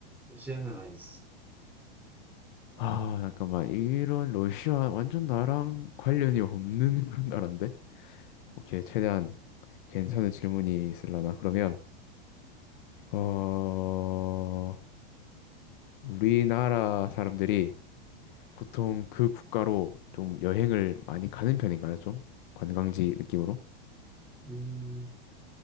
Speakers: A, in the centre; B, on the left (about 55°).
A: 러시아는 아니지
B: 아, 잠깐만. 이런 러시아 완전 나랑 관련이 없는 <laughs> 그런 나라인데? 오케이, 최대한 괜찮은 질문이 있으려나? 그러면, 어, 우리나라 사람들이 보통 그 국가로 좀 여행을 많이 가는 편인가요? 좀 관광지 느낌으로
A: 음,